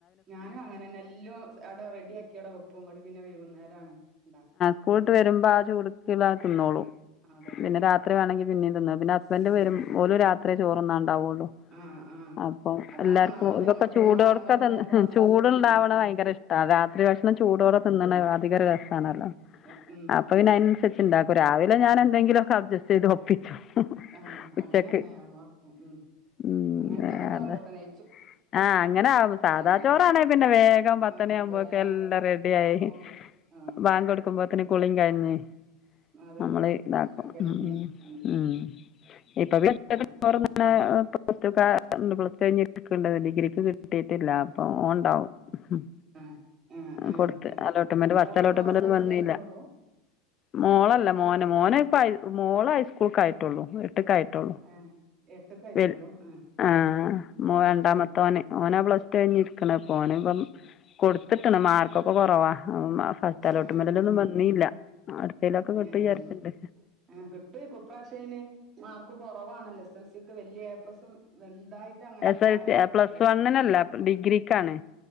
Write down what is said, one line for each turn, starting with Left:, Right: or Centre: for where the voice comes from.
Right: ഞാനും അങ്ങനെതന്നെ എല്ലോം അവിടെ റെഡിയാക്കി അവടെ വക്കും അങ്ങോട്ട് പിന്നെ വൈകുന്നേരമാണ് ഉണ്ടാക്കാ
Left: സ്കൂൾ വിട്ട് വരുമ്പോ ആ ചുടുക്കില തിന്നോളും
Right: അതന്നെ
Left: പിന്നെ രാത്രി വേണെങ്കി പിന്നെയും തിന്നാം പിന്നെ ഹസ്ബൻഡ്
Right: ഉം
Left: വരും
Right: ഉം
Left: ഓലും രാത്രിയെ ചോറു ഉണ്ണാൻ ഉണ്ടാവുള്ളൂ
Right: ആഹ് ആഹ്
Left: അപ്പം
Right: അതാണ്
Left: എല്ലാവർക്കും
Right: ഒന്നാമത്
Left: ഇതൊക്കെ
Right: നമ്മക്ക്
Left: ചൂടോടൊക്കെ
Right: നമ്മള ആണുങ്ങൾ
Left: തിന്ന്
Right: ഉണ്ടാവുമ്പോളാണല്ലോ
Left: ചൂടുണ്ടാവണ
Right: ഉം ഉം
Left: ഭയങ്കര ഇഷ്ട രാത്രി ഭക്ഷ ണം ചൂടോടെ തിന്നണെ അധിക ഒരു രസവാണല്ലോ
Right: അത്
Left: അപ്പം പിന്നെ അയിന് അനുസരിച്ച് ഇണ്ടാക്കും രാവിലെ ഞാൻ എന്തെങ്കിലൊക്കെ അഡ്ജസ്റ്റ് ചെയ്ത് ഒപ്പിച്ചു-
Right: ആഹ്
Left: ഉച്ചക്ക്
Right: അങ്ങനെതന്നെ ഉം
Left: ഉം
Right: അങ്ങനത്തെ ഒക്കെ ഇതാവും
Left: അതെ
Right: പെട്ടെന്ന്
Left: ആഹ് അങ്ങനെ ആവും സാധാ
Right: അല്ലാഞ്ഞാല്
Left: ചോറാണേ പിന്നെ വേഗം പത്തുമണി
Right: ആഹ്
Left: ആവുമ്പോ
Right: വേം
Left: ഒക്കെ എല്ലാം റെഡിയായി-
Right: ഒക്കും ആഹ്
Left: ബാങ്ക് കൊടുക്കുമ്പോത്തന് കുളിയും കയിഞ്ഞ്
Right: അതന്നെ
Left: നമ്മള് ഇതാക്കും
Right: എല്ലും കഴിഞ്ഞ് ഉം
Left: മം ഇപ്പം
Right: അപ്പൊ
Left: <unintelligible> പ്ലസ്ടു ഒക്കെ <unintelligible> ഡിഗ്രിക്ക് കിട്ടിട്ടില്ല അപ്പം ഓൻ ഉണ്ടാവും
Right: ആഹ് ആഹ് ആഹ്
Left: കൊടുത്ത്
Right: അത്
Left: അലോട്ട്മെന്റ്
Right: ശരി
Left: ഫസ്റ്റ്
Right: മോളിപ്പോ
Left: അലോട്ട്മെന്റ്
Right: എസ്
Left: ഒന്നും
Right: എൽ
Left: വന്നീല്ല
Right: സി ആയിട്ടൊള്ളൂ
Left: മോളല്ല മോന് മോന് ഇപ്പോ ഹൈ മോള് ഹൈസ്കൂൾക്കായിട്ടുള്ളൂ ആയിട്ടെള്ളൂ ആയിട്ടുള്ളു
Right: ആഹ് എട്ട്ക്ക് ആയിട്ടൊള്ളൂ
Left: വൽ
Right: ആഹ്
Left: ആഹ് മോൻ
Right: ആഹ്
Left: രണ്ടാമത്തോന്
Right: ശരി ആഹ്
Left: ഓനാ പ്ലസ് ടു കഴിഞ്ഞു ഇരിക്കണ ഇപ്പം ഓന് ഇപ്പം കൊടുത്തിക്കണ് മാർക്കൊക്കെ കൊറവാ <unintelligible> ഫസ്റ്റ് അലോട്ട്മെൻ്റില്
Right: ആഹ്
Left: ഒന്നും
Right: ആഹ്
Left: വന്നില്ല അടുത്തയിലൊക്കെ കിട്ടു
Right: ഏഹ്
Left: വിചാരിച്ചിണ്ട്
Right: അങ്ങനെ ആഹ് കിട്ടുവായിരിക്കും ഈ പ്രവിശ്യം അയിന് മാർക്ക് കൊറവാണല്ലോ എസ് എസ് എൽ സിക്ക് വലിയ എ പ്ലസ് വലുതായി- ട്ട് അങ്ങനെ
Left: എസ്
Right: തോനെ
Left: എൽ സി
Right: കിട്ടിട്ടില്ലല്ലോ
Left: പ്ലസ് വണ്ണിനല്ല ഡിഗ്രിക്കാണ്